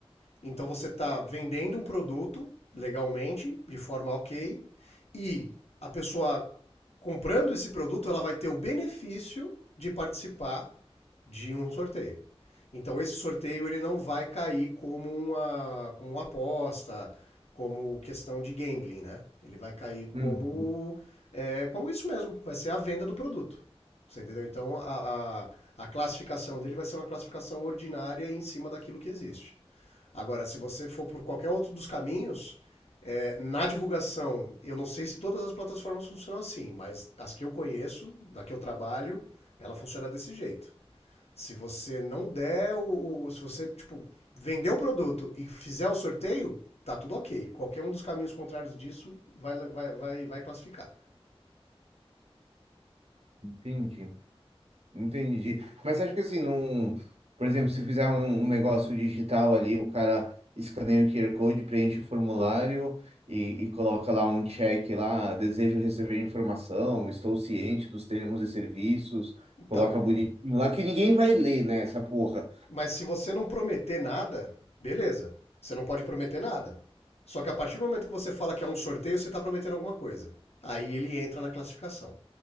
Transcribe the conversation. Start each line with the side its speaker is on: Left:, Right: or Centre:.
Left: Então você está vendendo um produto legalmente, de forma ok, e a pessoa comprando esse produto, ela vai ter o benefício de participar de um sorteio. Então esse sorteio ele não vai cair como uma, como uma aposta, como questão de gambling, né? Ele vai cair como
Right: Hum,
Left: é, como isso mesmo, vai ser a venda do produto. Você entendeu? Então a, a, a classificação dele vai ser uma classificação ordinária em cima daquilo que existe. Agora, se você for por qualquer outro dos caminhos, é, na divulgação, eu não sei se todas as plataformas funcionam assim, mas as que eu conheço, da que eu trabalho, ela funciona desse jeito. Se você não der o. o- se você, tipo, vender o produto e fizer o sorteio, tá tudo ok. Qualquer um dos caminhos contrários disso vai, vai, vai, vai classificar.
Right: entendi. Entendi. Mas acho que assim, num, por exemplo, se fizer um, um negócio digital ali, o cara escaneia o QR Code, preenche o formulário e, e coloca lá um check lá, desejo receber informação, estou ciente dos termos e serviços,
Left: Então,
Right: coloca bonitinho lá, que ninguém vai ler, né, essa porra.
Left: Mas se você não prometer nada, beleza. Você não pode prometer nada. Só que a partir do momento que você fala que é um sorteio, você está prometendo alguma coisa. Aí ele entra na classificação.